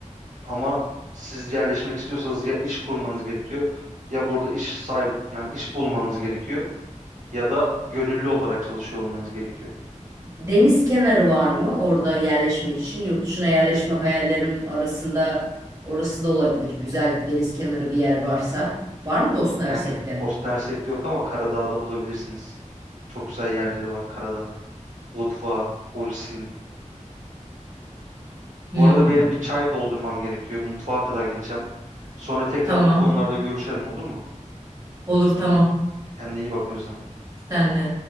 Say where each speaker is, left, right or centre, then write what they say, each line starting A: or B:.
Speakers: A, on the right; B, on the right.
A: Ama siz yerleşmek istiyorsanız ya iş kurmanız gerekiyor ya burada iş sahibi yani iş bulmanız gerekiyor ya da gönüllü olarak çalışıyor olmanız gerekiyor.
B: Deniz kenarı var mı orada yerleşmek için? Yurt dışına yerleşme hayallerim arasında orası da olabilir. Güzel bir deniz kenarı bir yer varsa. Var mı Bosna
A: Yani
B: Hersek'te?
A: Bosna Hersek'te yok ama Karadağ'da bulabilirsiniz. Çok güzel yerleri var Karadağ'da. Budva, Ulcinj,
B: Hmm,
A: Bu arada benim bir çay doldurmam gerekiyor. Mutfağa kadar gideceğim. Sonra tekrar
B: tamam.
A: bu konularda görüşelim olur mu?
B: Olur tamam.
A: Kendine iyi bak Özlem.
B: Sen de.